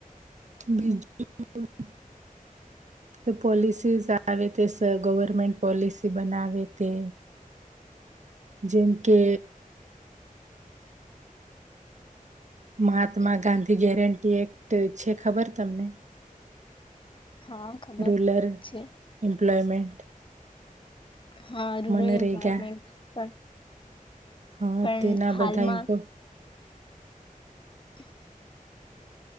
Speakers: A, on the right; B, on the left.
A: બીજું <unintelligible> પોલિસીઝ આવે તે ગવર્મેન્ટ પોલિસી બનાવે તે. જેમ કે. મહાત્મા ગાંધી ગેરંટી એક્ટ છે ખબર તમને.
B: હા ખબર
A: રૂલર
B: છે
A: એમ્પ્લોયમેન્ટ.
B: હા રૂરલ
A: મનરેગા
B: એમ્પ્લોયમેન્ટ પણ
A: હા
B: પણ
A: તેના
B: હાલમાં
A: બધા ઇમ્પો
B: <unintelligible>